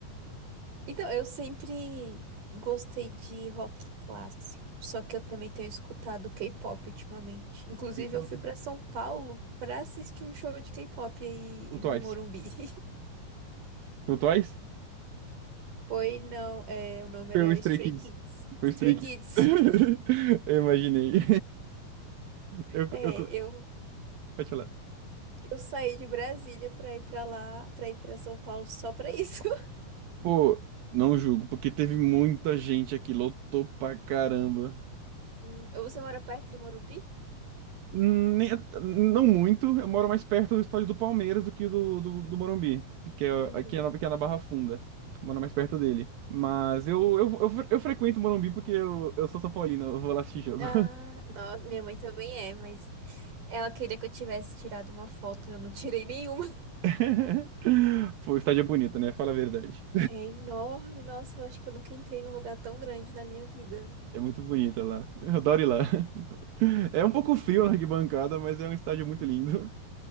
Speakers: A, on the right; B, on the right.
A: Então, eu sempre gostei de rock clássico. Só que eu também tenho escutado K-pop ultimamente. Inclusive,
B: K-pop?
A: eu fui pra São Paulo pra assistir um show de K-pop aí
B: O Twice.
A: no Morumbi. <laughs>
B: O Twice?
A: Foi, não, é, o nome
B: Foi
A: era
B: o Stray
A: Stray
B: Kids.
A: Kids.
B: Foi
A: Stray
B: o Stray Kids.
A: Kids.
B: <laughs>
A: <laughs>
B: Eu imaginei. <laughs> Eu,
A: É,
B: eu,
A: eu,
B: pode falar.
A: eu saí de Brasília pra ir pra lá, pra ir pra São Paulo só pra isso. <laughs>
B: Pô, não julgo, porque teve muita gente aqui, lotou pra caramba.
A: Hum, Você mora perto do Morumbi?
B: Nem- Não muito, eu moro mais perto do estádio do Palmeiras do que do, do, do Morumbi, que é,
A: Uhum.
B: que é, na, que é na Barra Funda. Eu Moro mais perto dele. Mas eu, eu, eu, fre- eu frequento o Morumbi porque eu, eu sou São Paulino, eu vou lá assistir jogo.
A: Ah, nossa, minha mãe também é, mas ela queria que eu tivesse tirado uma foto, eu não tirei nenhuma. <laughs>
B: <laughs> Pô, o estádio é bonito, né? Fala a verdade.
A: É enorme, nossa, eu acho que eu nunca entrei num lugar tão grande na minha vida.
B: É muito bonita lá. Eu adoro ir lá. <laughs> É
A: Vi.
B: um pouco frio na arquibancada, mas é um estádio muito lindo.